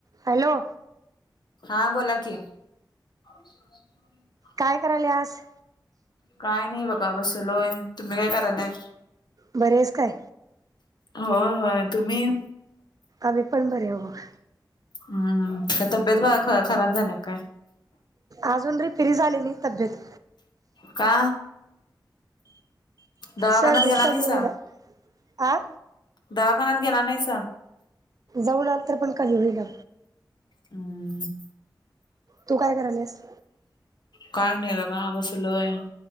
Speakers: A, on the right (about 50°); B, on the left (about 65°).
A: Hello!
B: हा बोला कि. <inaudible>
A: काय करायल्यास?
B: काय नाही बघा बसलोय तुम्ही काय करायलाय?
A: बरी आहेस काय
B: होय होय तुम्ही?
A: आम्ही पण बरे हाव बग.
B: हम्म का तब्येत वा खराब झाल्या काय?
A: अजून रिफिरी झाली नाही तब्येत.
B: का? दवाखान्यात
A: सर्दीच
B: गेला
A: कमी
B: नाहीसा?
A: होईना आ
B: दवाखान्यात गेला नाहीसा?
A: जाऊ आल तरी पण काही होई ना.
B: हम्म.
A: तू काय करायल्यास?
B: काय नाही बघा बसलोय.